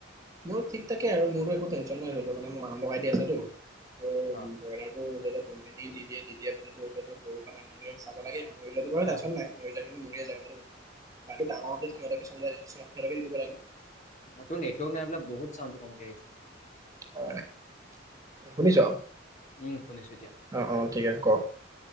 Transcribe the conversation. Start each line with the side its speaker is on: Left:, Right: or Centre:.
Right: মোৰ ঠিক থাকে আৰু মোৰো একো টেন্যন নাই ধৰি লও মানে মই মানহ লগাইিয় আছাো ত
Left: অ
Right: ব্ৰইলাৰ টো ধৰিক কোম্পানী দি দিয়ে দি দিয়া। দৰি ললতো সৰুৰ পৰা তেওঁলোকে চাব লাগে আৰু। মৰি যোৱাো বাৰু
Left: অ
Right: টন নাই মৰি যা কিন্তু মৰি জেগা গৈছো বাকী গাৱৰতে
Left: অ অ
Right: সিহতকে চ। কিটো প <unintelligible>
Left: অ তোৰ নেটৱৰ্ক নাই বাই বহুত চাউডটো কমক আহিছে।
Right: অ শুনিছ
Left: উম শুনিছো এতিয়া
Right: অ অ ঠিক আছে। ক